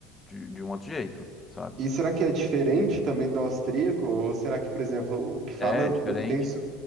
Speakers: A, on the left; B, on the right.
A: de, de um outro jeito, sabe?
B: E será que é diferente também do austríaco? Ou será que, por exemplo, o que fala,
A: É, é diferente.
B: o que tem su-